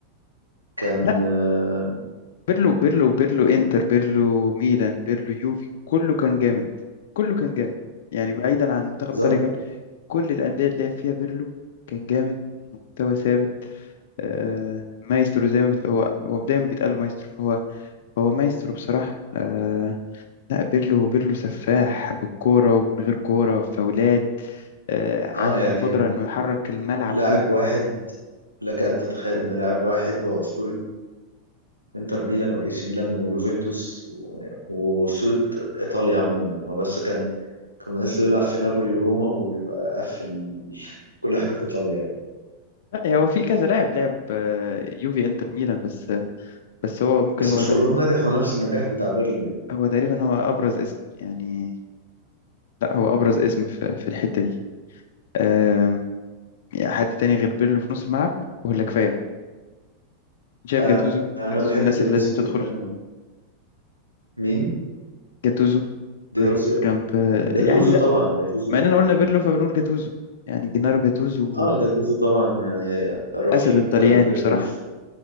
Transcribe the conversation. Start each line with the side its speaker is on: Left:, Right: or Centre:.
Right: كان
Left: لا
Right: آه،
Left: بيرلو بيرلو بيرلو انتر بيرلو ميلان بيرلو يوفي كله كان جامد كله كان جامد يعني بعيدا عن منتخب
Right: بالظبط
Left: إيطاليا كمان كل الأندية اللي لعب فيها بيرلو كان جامد مستوى ثابت آه مايسترو زي ما بت... هو هو دايما بيتقال له مايسترو فهو هو مايسترو بصراحة آه لا بيرلو بيرلو سفاح بالكورة ومن غير كورة فاولات آه عنده
Right: اه يعني
Left: القدرة إنه يحرك الملعب
Right: لاعب
Left: كله
Right: واحد لك ان تتخيل ان لاعب واحد هو اسطوره انتر ميلان واي سي ميلان ويوفنتوس و- واسطوره ايطاليا عموما هو بس كان كان ناقص له يلعب في نابولي وروما ويبقى قفل كل حاجه في ايطاليا يعني
Left: لا هو في كذا لاعب لعب آه، يوفي انتر ميلان بس بس هو ممكن
Right: بس
Left: هو
Right: مش
Left: تق-
Right: كلهم نجحوا نفس النجاح بتاع بيرلو يعني
Left: هو تقريبا هو ابرز اسم يعني لا هو ابرز اسم في في الحتة دي آم، يعني حد تاني غير بيرلو في نص الملعب ولا كفاية شايف
Right: آه
Left: جاتوزو
Right: انا
Left: جاتوزو
Right: بحب
Left: من الناس
Right: دي
Left: اللي
Right: روسي
Left: لازم تدخل
Right: جدا ومين
Left: جاتوزو
Right: دي
Left: لازم
Right: روسي
Left: يدخل جنب آه،
Right: جاتوزو
Left: يعني لا
Right: طبعا جاتوزو
Left: ما اننا قلنا بيرلو فبنقول جاتوزو يعني جنارو جاتوزو
Right: اه جاتوزو طبعا يعني رفيق
Left: اسد الطليان
Right: بيرلو
Left: بصراحة
Right: في